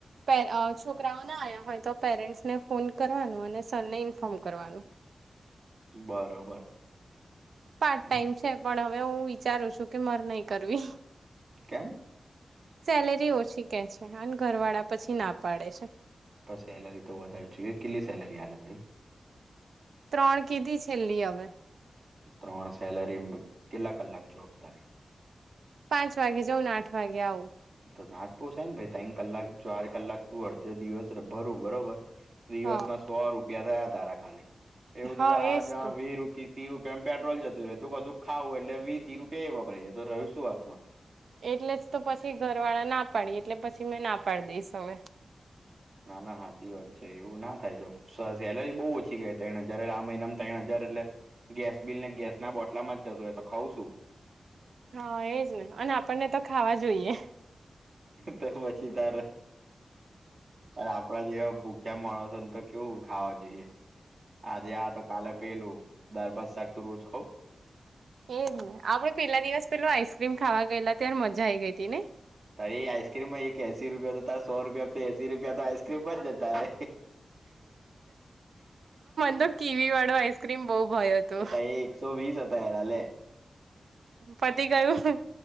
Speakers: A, on the right; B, on the right.
A: પ છોકરાઓ ના આવ્યા હોય તો પેરેન્ટ્સને ફોન કરવાનું અને સરને ઇન્ફોર્મ કરવાનું
B: બરોબર
A: પાર્ટ
B: હા
A: ટાઈમ છે, પણ હવે હું વિચારું છું કે મરે નહી કરવી.
B: કેમ?
A: સેલેરી ઓછી કે છે અને ઘર વાળા પછી ના પાડે છે,
B: સેલરી તો વધારે જોઈએ કેટલી સેલરી હાલત હઈ
A: ત્રણ કીધી છેલ્લી હવે,
B: ત્રણ સેલરી કેટલા કલાક જોબ તારી?
A: પાંચ વાગે જઉું ને આઠ વાગે આવું,
B: તો નાથપ સાહેને ભાઈ ત કલાક ચાર કલાક તું અડધે દિવસ ભરું બરોબર દિવસ
A: હા
B: ના સો રૂપિયા થયા તારા ખાલી એવું
A: હા
B: તો તારા
A: એજ
B: આ જ
A: તો
B: વી રૂપ ત્રી રૂપિયામાં પેટ્રોલ જતું રહે, તું કું ખાવું એટલે વી ત્રી રૂપિયા એ વપરાય જાય તો રહ્યું શું હાથ માં
A: એટલે જ તો પછી ઘર વાળા ના પાડી એટલે પછી મે ના પાડી દઈશ હવે,
B: ના ના સાાચી વાત છે, એવું ના થાય જો સેલેરી બહુ ઓછી ગઈ ત જયારે આ મહિનામાં તણ એટલે ગેસ બિલને ગેસ ના બોટલામાં જ જતું હોય તો ખઉ શું?
A: હા, એજ ન અને આપણને તો ખાવા જોઈએ,
B: તો પછી તાર આપણા જેવા મળો છ ને તો કેવું ખાવા જોઈએ આજે આ તો કાલે પેલું દાર બાદ શાક તો રોજ ખાાવ
A: એજ ને આપડે પેલા દિવસ પેલુ આઈસક્રીમ ખાવા ગયેલા ત્યારે મજા આઈ ગઈ હતી, ને
B: તરે એ આઈસ્ક્રીમમાં એક એસી રૂપિયા સો રૂપિયાથી એસી રૂપિયા તો આઈસક્રીમ બ જ જતા ર
A: બ કવી વાળો આઈસ્ક્રીમ બહુ ભયો હતો
B: એ ત એ એકસો વીસ હતાારલેે
A: પતી ગયું.